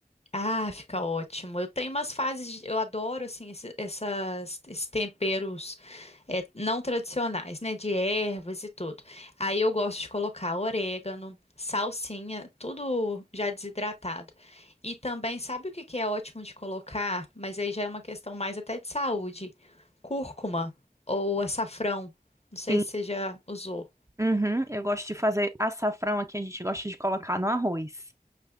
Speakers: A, on the left (about 40°); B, on the right (about 20°).
A: Ah, fica ótimo. Eu tenho umas fases, de- eu adoro assim esse- essas, esses temperos é, não tradicionais, né, de ervas e tudo. Aí eu gosto de colocar orégano, salsinha, tudo já desidratado. E também, sabe o que que é ótimo de colocar? Mas aí já é uma questão mais até de saúde. Cúrcuma ou açafrão. Não sei
B: Sim.
A: se você já usou.
B: Uhum, eu gosto de fazer açafrão aqui, a gente gosta de colocar no arroz.